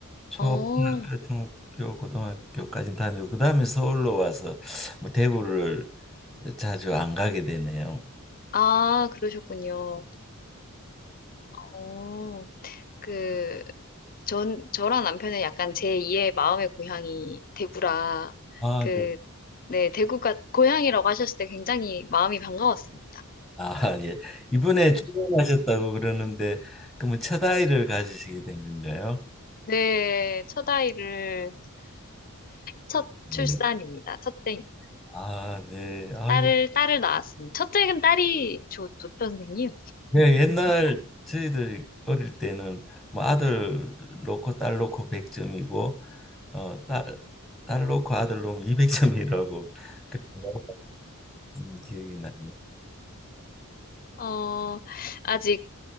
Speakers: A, in the centre; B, on the left.
A: 초등학교,
B: 어,
A: 중학교, 고등학교까지는 다니고 그다음에 서울로 와서 뭐 대구를 자주 안 가게 되네요.
B: 아, 그러셨군요. 어, 그, 전, 저랑 남편은 약간 제2의 마음의 고향이 대구라,
A: 아,
B: 그,
A: 네.
B: 네, 대구가 고향이라고 하셨을 때 굉장히 마음이 반가웠습니다.
A: 아, 예. 이번에 출산하셨다고 그러는데 그러면 첫 아이를 가지시게 된 건가요?
B: 네, 첫 아이를 첫
A: 예.
B: 출산입니다. 첫째입니다.
A: 아, 네. 아유,
B: 딸을, 딸을 낳았습니다. 첫째는 딸이 좋, 좋죠, 선생님.
A: 네, 옛날 저희들이 어릴 때는 뭐 아들 놓고 딸 놓고 100점이고 어, 딸, 딸 놓고 아들 놓으면 200점이라고 그런 <laughs> 기억이 나네요.
B: 어, 아직